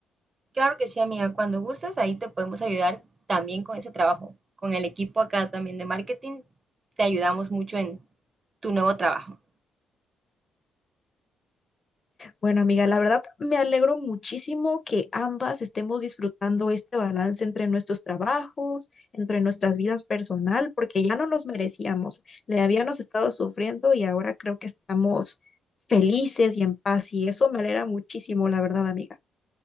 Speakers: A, on the right; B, on the left.
A: Claro que sí, amiga, cuando gustes ahí te podemos ayudar también con ese trabajo, con el equipo acá también de marketing, te ayudamos mucho en tu nuevo trabajo.
B: Bueno, amiga, la verdad me alegro muchísimo que ambas estemos disfrutando este balance entre nuestros trabajos, entre nuestras vidas personal, porque ya no los merecíamos. Le habíamos estado sufriendo y ahora creo que estamos felices y en paz y eso me alegra muchísimo, la verdad, amiga.